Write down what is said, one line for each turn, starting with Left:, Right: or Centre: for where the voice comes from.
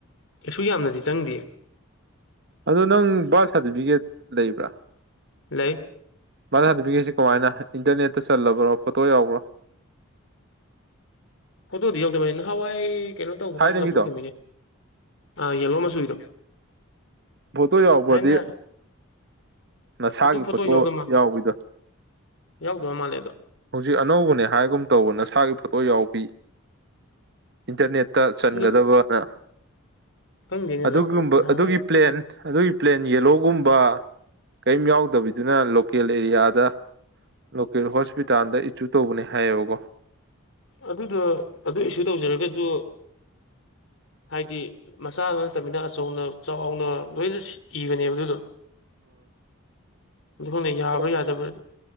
Left: ꯀꯩꯁꯨ ꯌꯥꯝꯅꯗꯤ ꯆꯪꯗꯤꯌ‌ꯦ
Right: ꯑꯗꯣ ꯅꯪ ꯕꯥꯔꯊ ꯁꯥꯔꯇꯤꯐꯤꯀꯦꯠ ꯂꯩꯕ꯭ꯔꯥ
Left: ꯂꯩ
Right: ꯕꯥꯔꯊ ꯁꯥꯔꯇꯤꯐꯤꯀ‌ꯦꯠꯁꯤ ꯀꯃꯥꯏꯅ ꯏꯟꯇꯔꯅꯦꯠꯇ ꯆꯜꯂꯕ꯭ꯔꯣ ꯐꯣꯇꯣ ꯌꯥꯎꯕ꯭ꯔꯣ
Left: ꯐꯣꯇꯣꯗꯤ ꯌꯧꯗꯕꯅꯤ ꯅꯍꯥꯟꯋꯥꯏ ꯀꯩꯅꯣ ꯇꯧꯕ
Right: ꯊꯥꯏꯅꯒꯤꯗꯣ
Left: ꯀꯥꯟꯗ ꯂꯧꯊꯣꯛꯈꯤꯝꯅꯤꯅꯦ ꯑꯥ ꯌꯦꯂꯣ ꯃꯆꯨꯒꯤꯗꯣ
Right: ꯐꯣꯇꯣ ꯌꯥꯎꯕꯗꯤ
Left: ꯊꯥꯏꯅ
Right: ꯅꯁꯥꯒꯤ
Left: ꯑꯗꯨ
Right: ꯐꯣꯇꯣ
Left: ꯌꯥꯎꯗꯕ ꯃꯥ
Right: ꯌꯥꯎꯕꯤꯗꯣ
Left: ꯌꯥꯎꯗꯕ ꯃꯥꯜꯂꯦ ꯑꯗꯣ
Right: ꯍꯧꯖꯤꯛ ꯑꯅꯧꯕꯅꯦ ꯍꯥꯏꯒꯨꯝ ꯇꯧꯕ ꯅꯁꯥꯒꯤ ꯐꯣꯇꯣ ꯌꯥꯎꯕꯤ ꯏꯟꯇꯔꯅꯦꯠꯇ ꯆꯟꯒꯗꯕꯅ
Left: ꯑꯗꯨ ꯈꯪꯗꯦꯅꯦꯗ
Right: ꯑꯗꯨꯒꯨꯝꯕ
Left: ꯅꯍꯥꯟꯋꯥꯏ
Right: ꯑꯗꯨꯒꯤ ꯄ꯭ꯂꯦꯟ ꯑꯗꯨꯒꯤ ꯄ꯭ꯂꯦꯟ ꯌꯦꯂꯣꯒꯨꯝꯕ ꯀꯔꯤꯝ ꯌꯥꯎꯗꯕꯤꯗꯨꯅ ꯂꯣꯀꯦꯜ ꯑꯦꯔꯤꯌꯥꯗ ꯂꯣꯀꯦꯜ ꯍꯣꯁꯄꯤꯇꯥꯜꯗ ꯏꯆꯨ ꯇꯧꯕꯅꯦ ꯍꯥꯏꯌꯦꯕꯀꯣ
Left: ꯑꯗꯨꯗꯣ ꯑꯗꯨ ꯏꯁꯨ ꯇꯧꯖꯔꯒꯁꯨ ꯍꯥꯏꯗꯤ ꯃꯆꯥ ꯑꯃ ꯅꯠꯇꯕꯤꯅ ꯑꯆꯧꯅ ꯆꯥꯎꯅ ꯂꯣꯏꯅ ꯏꯕꯅꯦꯕ ꯑꯗꯨꯗꯣ ꯑꯗꯨ ꯈꯪꯗꯦ ꯌꯥꯕ꯭ꯔꯥ
Right: <unintelligible>
Left: ꯌꯥꯗꯕ꯭ꯔꯥꯗꯤ